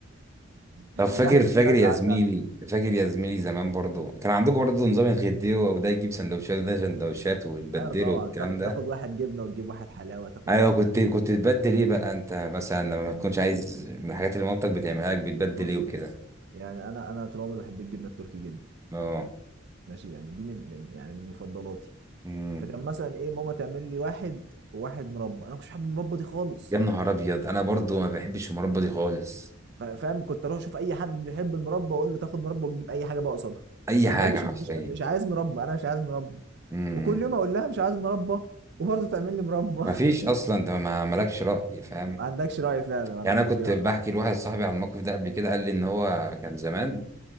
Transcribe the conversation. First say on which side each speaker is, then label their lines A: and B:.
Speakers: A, on the right; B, on the right.
A: طب
B: <laughs>
A: فاكر
B: رحت
A: فاكر
B: طلعت
A: يا
B: قعدت
A: زميلي فاكر يا زميلي زمان برضو كان عندكم برضو نظام الغديوة وده يجيب سندوتشات وده سندوتشات وتبدله
B: ايوه طبعا
A: والكلام
B: تاخ-
A: ده
B: تاخد واحد جبنه وتجيب واحد حلاوه تاخد
A: ايوه
B: واحد
A: كنت
B: لانش
A: كنت تبدل
B: واحد
A: ايه بقى انت مثلا لما ما تكونش عايز من الحاجات اللي مامتك بتعملها لك بتبدل
B: بص
A: ايه وكده
B: بص يعني انا انا طول عمري بحب الجبنه التركي جدا
A: اه
B: ماشي يعني دي من من يعني من مفضلاتي
A: امم
B: فكان مثلا ايه ماما تعمل لي واحد وواحد مربى انا مش بحب المربى دي خالص
A: يا نهار ابيض انا برضو ما بحبش المربى دي خالص
B: ف- فاهم كنت اروح اشوف اي حد بيحب المربى اقول له تاخد مربى وتجيب اي حاجه بقى قصادها
A: اي
B: انا
A: حاجه
B: ما بحبش
A: حرفيا
B: مش مش عايز مربى انا مش عايز مربى
A: امم
B: وكل يوم اقول لها مش عايز مربى وبرضه تعمل لي مربى
A: ما
B: <laughs>
A: فيش اصلا انت ما مالكش راي فاهم
B: ما عندكش راي فعلا ما عندك
A: يعني انا
B: ولو
A: كنت بحكي لواحد صاحبي على الموقف ده قبل كده قال لي ان هو كان زمان